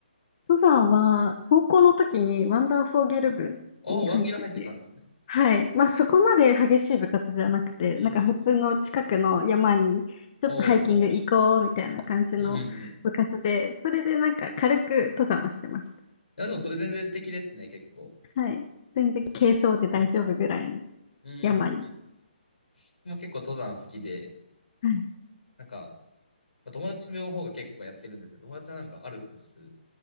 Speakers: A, on the left; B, on the left.
A: 登山は、高校の時にワンダーフォーゲル部に入ってて、
B: ああ、ワンギル入ってたんですね。
A: はい。まあ、そこまで激しい部活じゃなくて、
B: うんうんうん。
A: なんか普通の近くの山にちょっとハイキング行こうみたいな感じの部活で、
B: おう。うんうんうん。い
A: それでなんか軽く登山はしてました。
B: や、でもそれ全然素敵ですね、結構。
A: はい。全然軽装で大丈夫ぐらいの
B: うん。うんうんうん。
A: 山に。
B: 僕も結構登山好きで、
A: はい。
B: なんか、まあ、友達の方が結構やってるんですけど、友達はなんかアルプス行